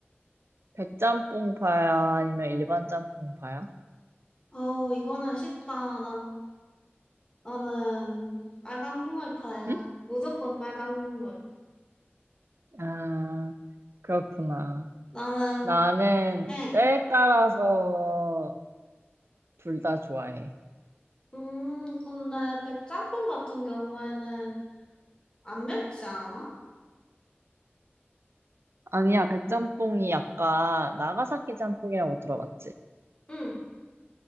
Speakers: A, on the right; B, on the left.
A: 백짬뽕파야? 아니면 일반 짬뽕파야?
B: 어우, 이거는 쉽다. 난, 나는 빨간 국물파야.
A: 응?
B: 무조건 빨간 국물.
A: 아, 그렇구나.
B: 나는,
A: 나는
B: 응.
A: 때에 따라서 둘 다 좋아해.
B: 음, 근데 백짬뽕 같은 경우에는 안 맵지 않아?
A: 아니야, 백짬뽕이 약간 나가사키 짬뽕이라고 들어봤지?
B: 응.